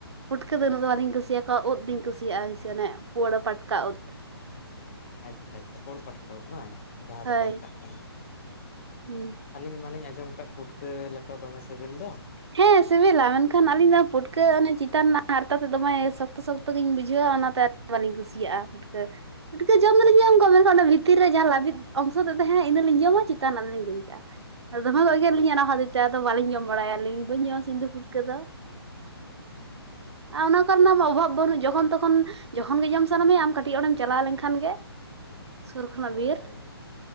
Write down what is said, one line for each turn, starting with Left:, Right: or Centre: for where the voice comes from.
Right: ᱯᱷᱩᱴᱠᱟᱹ ᱫᱚ ᱩᱱᱟᱹᱜ ᱫᱚ ᱵᱟᱹᱞᱤᱧ ᱠᱩᱥᱤᱭᱟᱠᱚᱣᱟ ᱳᱫᱞᱤᱧ ᱠᱩᱥᱤᱭᱟᱜᱼᱟ ᱦᱳᱭᱥᱮ ᱚᱱᱮ ᱯᱳᱣᱲᱟᱹ ᱯᱟᱴᱠᱟ ᱳᱫ᱾
Left: ᱟᱪᱪᱷᱟ ᱟᱪᱪᱷᱟ ᱯᱳᱲ ᱯᱟᱴᱠᱟ ᱠᱚ ᱵᱟᱝ ᱡᱟᱦᱟᱸ ᱫᱚᱠᱚ
Right: ᱦᱳᱭ
Left: ᱢᱮᱛᱟᱜ ᱠᱟᱱᱟ,
Right: ᱦᱩᱸ
Left: ᱟᱹᱞᱤᱧ ᱢᱟᱞᱤᱧ ᱟᱸᱡᱚᱢ ᱠᱟᱜ ᱯᱩᱴᱠᱟᱹ ᱞᱮᱴᱚ ᱫᱚᱢᱮ ᱥᱮᱵᱮᱞ ᱫᱚ᱾
Right: ᱦᱮᱸ ᱥᱮᱵᱮᱞᱟ ᱢᱮᱱᱠᱷᱟᱱ ᱟᱹᱞᱤᱧ ᱫᱚ ᱯᱷᱩᱴᱠᱟᱹ ᱚᱱᱮ ᱪᱮᱛᱟᱱ <inaudible> ᱦᱟᱨᱛᱟ ᱛᱮᱫ ᱫᱚᱢᱮ ᱥᱚᱠᱛᱚ ᱥᱚᱠᱛᱚ ᱜᱤᱧ ᱵᱩᱡᱷᱟᱹᱣᱟ ᱚᱱᱟ ᱛᱮ ᱵᱟᱹᱞᱤᱧ ᱠᱩᱥᱤᱭᱟᱜᱼᱟ ᱯᱩᱴᱠᱟᱹ ᱯᱩᱴᱠᱟᱹ ᱡᱚᱢ ᱫᱚᱞᱤᱧ ᱡᱚᱢ ᱠᱚᱜᱮ ᱢᱮᱱᱠᱷᱟᱱ ᱚᱱᱮ ᱵᱷᱤᱛ ᱵᱷᱤᱛᱤᱨ ᱨᱮ ᱡᱟᱦᱟᱸ ᱞᱵᱤᱫ ᱚᱝᱥᱚ ᱛᱮ ᱛᱟᱦᱮᱸ ᱤᱱᱟᱹ ᱞᱤᱧ ᱡᱚᱢᱟ ᱪᱮᱛᱟᱱ ᱨᱮᱱᱟᱜ ᱫᱚᱞᱤᱧ ᱜᱤᱲᱤ ᱠᱟᱜᱼᱟ, ᱟᱫᱚ ᱫᱚᱢᱮ ᱠᱚ ᱮᱜᱮᱨᱞᱤᱧᱟ <unintelligible> ᱟᱫᱚ ᱵᱟᱹᱞᱤᱧ ᱡᱚᱢ ᱵᱟᱲᱟᱭᱟ ᱟᱞᱤᱧ ᱞᱟᱹᱭᱤᱧ ᱵᱟᱹᱧ ᱡᱚᱢᱟ ᱤᱧᱫᱚ ᱯᱩᱴᱠᱟᱹ ᱫᱚ᱾ ᱟ ᱚᱱᱟ ᱠᱚᱨᱮᱟᱜ ᱢᱟ ᱚᱵᱷᱟᱵ ᱵᱟᱹᱱᱩᱜ ᱡᱚᱠᱷᱚᱱ ᱛᱚᱠᱷᱚᱱ, ᱡᱚᱠᱷᱚᱱ ᱜᱮ ᱡᱚᱢ ᱥᱟᱱᱟ ᱢᱮ ᱟᱢ ᱠᱟᱹᱴᱤᱡ ᱚᱰᱮᱢ ᱪᱟᱞᱟᱣ ᱞᱮᱱᱠᱷᱟᱱ ᱜᱮ᱾ ᱥᱩᱨ ᱠᱷᱚᱱᱟᱜ
Left: ᱦᱳᱭ
Right: ᱵᱤᱨ
Left: ᱦᱳᱭ